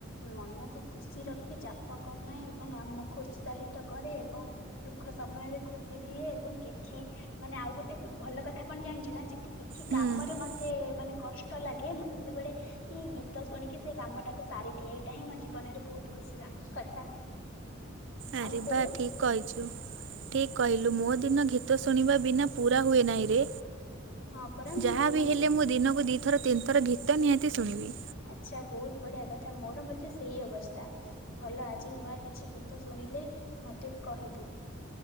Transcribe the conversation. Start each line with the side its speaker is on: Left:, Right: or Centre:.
Left: ମନକୁ ଖୁସି ରଖେ ଚାପ କମାଏ ଏବଂ ଆମକୁ ଉତ୍ସାହିତ କରେ ଏବଂ। ଦୁଃଖ ସମୟରେ ଖୁସି ଦିଏ ଏବଂ କିଛି। ମାନେ ଆଉ ଗୋଟେ ଉଁ ଭଲ କଥା କଣ ଜାଣିଛୁ ନା ଜଦି କି ଛି
Right: ହୁଁ
Left: କାମରେ ମତେ ମାନେ କଷ୍ଟ ଲାଗେ ମୁଁ ସେତେବେଳେ। କି ଗୀତ ଶୁଣିକି ସେ କାମ ଟାକୁ ସାରି ଦିଏ ଏଇଟା ହିଁ ମୋ ଜୀବନରେ ବହୁତ ଖୁସିର କଥା। <inaudible>
Right: ଆରେ
Left: ତୋର
Right: ବା ଠିକ କହିଛୁ। ଠିକ୍ କହିଲୁ ମୋ ଦିନ ଗୀତ ଶୁଣିବା ବିନା ପୂରା ହୁଏ ନାହିଁ ରେ।
Left: ହଁ ପରା ମୋର
Right: ଯାହା ବିି
Left: ମଧ୍ୟ
Right: ହେଲେ ମୁଁ ଦିନକୁ ଦି ଥର ତିନି ଥର ଗୀତ ନିହାତି ଶୁଣିବି।
Left: ଆଚ୍ଛା ବହୁତ ବଢିଆ କଥା ମୋର ମଧ୍ୟ ସେଇ ଅବସ୍ଥା। ଭଲ ଆଜି ନୂଆ କିଛି ଗୀତ ଶୁଣିଲେ ମତେ କହିବୁ।